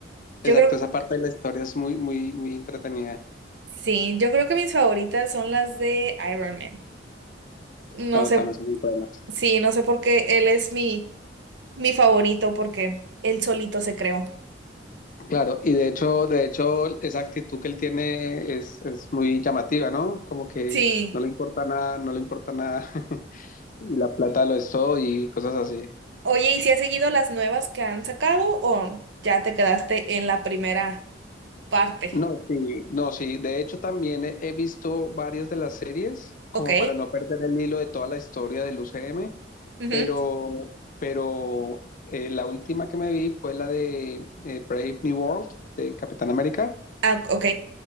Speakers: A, on the right; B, on the left.
A: yo
B: exacto,
A: creo...
B: esa parte de la historia es muy, muy, muy entretenida.
A: Sí, yo creo que mis favoritas son las de Iron Man. No
B: Ah,
A: sé,
B: también son muy buenas.
A: sí, no sé por qué él es mi, mi favorito, porque él solito se creó.
B: Claro, y de hecho, de hecho, esa actitud que él tiene es, es muy llamativa, ¿no? Como que
A: Sí.
B: no le importa nada, no le importa nada, <laughs> y la plata lo es todo y cosas así.
A: Oye, ¿y si has seguido las nuevas que han sacado o ya te quedaste en la primera parte?
B: No, sí, no, sí. De hecho, también he, he visto varias de las series, como
A: Ok.
B: para no perder el hilo de toda la historia del UCM,
A: ujú.
B: pero, pero eh, la última que me vi fue la de eh, Brave New World de Capitán América.
A: Ah, ok.